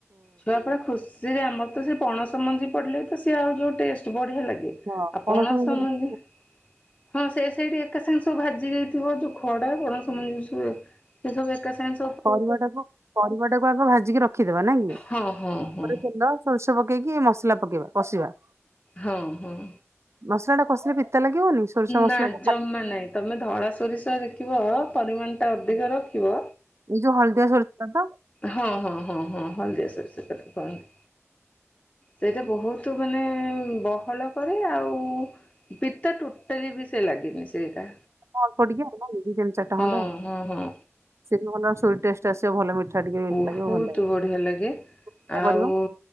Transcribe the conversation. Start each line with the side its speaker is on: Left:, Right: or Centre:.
Left: ଛୁଆ ପୁରା ଖୁସି। ଯେ କି ଆମର ତ ସେ ପଣସ ମଞ୍ଜି ପଡିଲେ ତ ସିଏ ଆଉ ଯୋଉ ଟେଷ୍ଟ ବଢିଆ ଲାଗେ।
Right: ହଁ
Left: ଆଉ ପଣସ
Right: ମଞ୍ଜିଟା
Left: ମଞ୍ଜି। ହଁ ସେ ସେଇଠି ଏକା ସାଙ୍ଗଷବୁ ଭାଜି ଦେଇଥିବ ଯୋଉ ଖଡା ପଣସମଞ୍ଜି। ଏ ସବୁ ଏକା ସାଙ୍ଗ
Right: ପରିବାଟାକୁ ପରିବା ଟାକୁ ଆଗ ଭାଜିକି ରଖିଦବା ନା କି ତାପରେ
Left: ହଁ ହଁ ହଁ
Right: ତେଲ ସୋରିଷ ପକେଇକି ମସଲା ପକେଇବା କଷିବା।
Left: ହଁ -ହଁ।
Right: ମସଲା ଟା କଷିଲେ ପିତା ଲାଗିବନି? ସୋରିଷ ମସଲା
Left: ନା
Right: ଟା ଖାଲି
Left: ଜମା ନାଇଁ ତମେ ଧଳା ସୋରିଷରେଖ ରଖିବ ପରିମାଣ ଟା ଅଧିକ ରଖିବ।
Right: ଏଇ ଯୋଉ ହଳଦିଆ ସୋରିଷ ତ
Left: ହଁ ହଁ ହଁ ହଁ ହଳଦିଆ ସୋରିସ ଢା କୁ କହନ୍ତି। ସେଇଟା ବହୁତ ମାନେ ବହଳ କରେ ଆଉ ପିତା ଟୁ ବିସେ ଲାଗିନି ସେଇଟା।
Right: ଅଳ୍ପ ଟିକେ ଆଉ ନା କି <unintelligible> ଚାରିଟା
Left: ହଁ
Right: ଖଣ୍ଡ
Left: ହଁ ହଁ
Right: ସେ ବି ଭଲ ସୋ ଟେଷ୍ଟ ଆସିବ ଭଲ ମିଠା ଟିକେ
Left: ବହୁତ୍
Right: ଲାଗିବ ଭଲ ଲାଗିବ
Left: ବଢିଆ ଲାଗେ
Right: ସେୟା
Left: ଆଉ
Right: କରିବ।